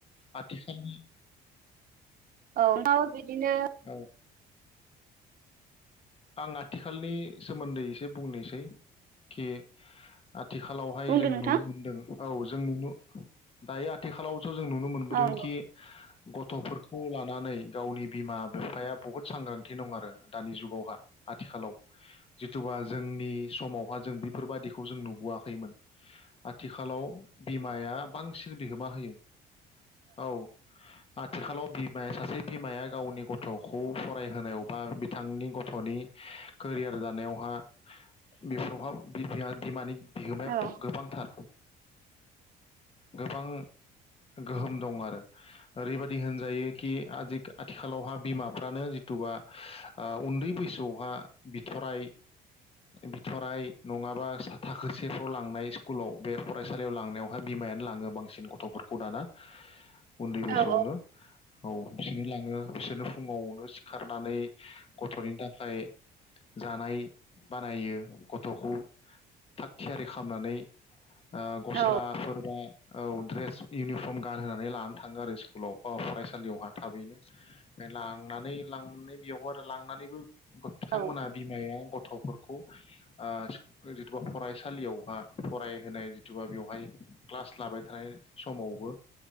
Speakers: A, on the left; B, on the right.
A: आथिखालनि
B: औ <unintelligible> बिदिनो
A: औ आं आथिखालनि सोमोन्दै एसे बुंनोसै कि आथिखालावहाय
B: बुंदो
A: जों
B: नोंथां
A: नुनो मोनदों औ जों नुनो दायो आथिखालाव सजों नुनो मोनबोदोंखि
B: औ औ
A: गथ'फोरखौ लानानै गावनि बिमा बिफाया बहुद सांग्रांथि दं आरो दानि जुगावहा। आथिखालाव जिथुबा जोंनि समावहा जों बेफोरबायदिखौ जों नुबोआखैमोन आथिखालाव बिमाया बांसिन बिहोमा होयो। औ आथिखालाव बिमाया सासे बिमाया गावनि गथ'खौ फरायहोनायाव बा बिथांनि गथ गथ'नि कोरियार दानायावहा बेफोरावहा बिमाया बिमानि बिहोमाया
B: औ
A: गोबांथार गोबां गोहोम दं आरो ओरैबायदि होनजायो खि आजि आथिखालावहा बिमाफ्रानो जिथुबा ओ उन्दै बैसोआवहा बिथराय बिथराय नङाबा थाखोसेफ्राव लांनाय स्कुलाव बे फरायसालियाव लांनायावहा बिमायानो लाङो बांसिन गथ'फोरखौ दाना उन्दै बैसोआवनो
B: औ
A: औ बिसोरनो ला ङो बिसोरनो फुङावनो सिखारनानै गथ'नि थाखाय जानाय बानायो गथखौ थाग थियारि खालामनानै ओ गस्लाफोर
B: औ
A: बा औ ड्रेस इउनिफर्म गानहोना नै लानानै थाङो आरो स्कुलाव। अ फरायसालियावहा थाबैनो ओमफ्राय लांनानै लांनाय बेयावबो आरो लांनानैबो मोगथांमोना
B: औ
A: बिमा बेहाय गथफोरखौ ओ जिथुबा फरायसालियावहा फरायहोनाय जिथुबा बेवहाय क्लास लाबाय थानाय समावबो